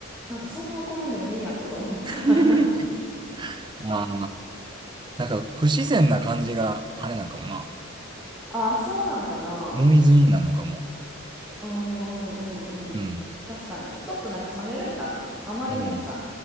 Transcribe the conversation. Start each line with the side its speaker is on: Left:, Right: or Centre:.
Centre: なんかそんな怒らんでもいいやんとか思っちゃう。
Right: <laughs> まあ、なんか不自然な感じがあれなんかもな。
Centre: ああ、そうなんかな。
Right: ノイズインなんのかも。
Centre: うんうんうんうん。
Right: うん、
Centre: 確かに。ちょっとなんか冷めるんかな。あまりにもさ、
Right: うん、